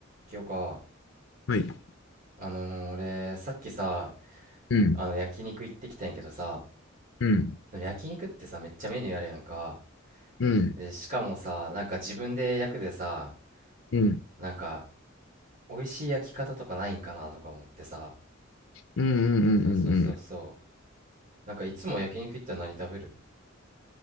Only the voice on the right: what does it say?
今日か、
あのー俺、さっきさ、
あの、焼肉行ってきたんやけどさ、
その焼肉ってさ、めっちゃメニューあるやんか。
で、しかもさ、なんか自分で焼くでさ、
なんか、美味しい焼き方とかないんかなとか思ってさ。
そうそうそうそう。
なんかいつも焼肉行ったら何食べる